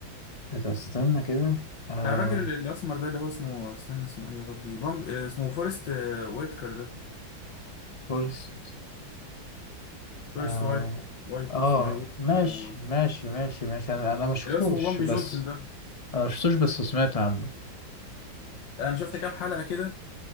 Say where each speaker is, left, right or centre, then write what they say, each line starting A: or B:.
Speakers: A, on the left (about 20°); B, on the left (about 70°).
A: إذا استنى كده آه
B: بتاع الراجل الاسمر ده اللي هو اسمه استنى اسمه ايه يا ربي بامب آه، اسمه فورست آه، ويتكر ده
A: فورست
B: فورست
A: آه,
B: وايت وايت
A: اه
B: اسمه ايه ويتكر
A: ماشي
B: او
A: ماشي ماشي ماشي انا انا ما شفتوش
B: اللي هو اسمه بامبي
A: بس
B: جونسون ده
A: انا ما شفتوش بس سمعت عنه
B: انا شفت كام حلقه كده